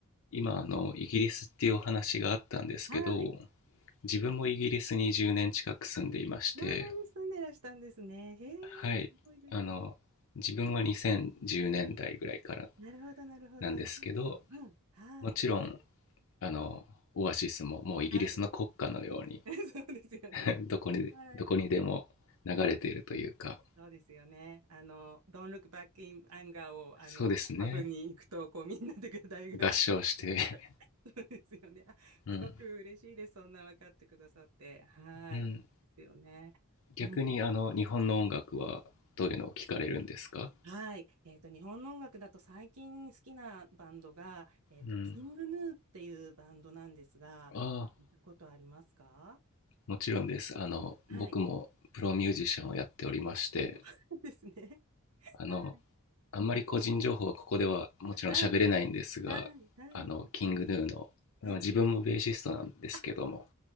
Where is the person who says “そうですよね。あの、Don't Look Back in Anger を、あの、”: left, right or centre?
Right